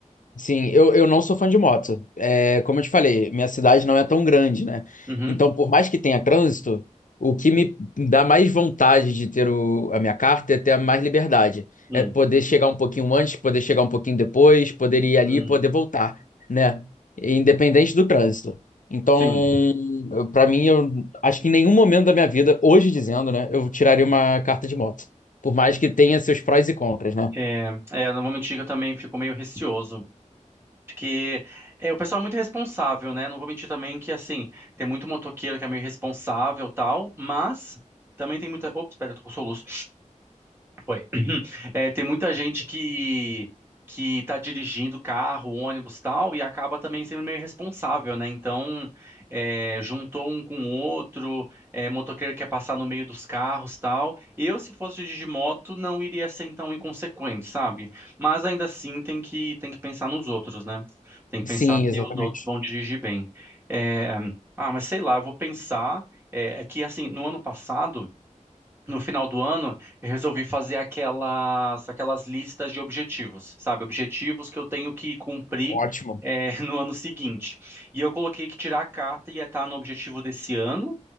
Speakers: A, on the left; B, on the right.
A: Sim, eu, eu não sou fã de moto. É, como eu te falei, minha cidade não é tão grande, né?
B: Uhum.
A: Então, por mais que tenha trânsito, o que me dá mais vontade de ter o, a minha carta é ter mais liberdade.
B: Hum.
A: É poder chegar um pouquinho antes, poder chegar um pouquinho depois, poder ir ali
B: Hum.
A: e poder voltar, né? Independente do trânsito. Então,
B: Sim,
A: eu- pra mim, eu acho que em nenhum momento da minha vida, hoje dizendo, né, eu tiraria uma carta de moto. Por mais que tenha seus prós e contras, né?
B: é, é, não vou mentir que eu também fico meio receoso, porque é, o pessoal é muito responsável, né? Não vou mentir também que, assim, tem muito motoqueiro que é meio responsável e tal, mas também tem muita... Ops, espera, eu tô com soluço. Foi. <clears throat> É, tem muita gente que que tá dirigindo carro, ônibus, tal, e acaba também sendo meio irresponsável, né? Então, é, juntou um com o outro, é, motoqueiro quer passar no meio dos carros, tal. Eu, se fosse dirigir moto, não iria ser tão inconsequente, sabe? Mas ainda assim tem que tem que pensar nos outros, né? Tem que
A: Sim,
B: pensar
A: exatamente.
B: se os outros vão dirigir bem. É, ah, mas sei lá, eu vou pensar. É, é que assim, no ano passado no final do ano, eu resolvi fazer aquelas, aquelas listas de objetivos, sabe? Objetivos que eu tenho que cumprir,
A: Ótimo.
B: eh, <laughs> no ano seguinte. E eu coloquei que tirar a carta ia estar no objetivo desse ano,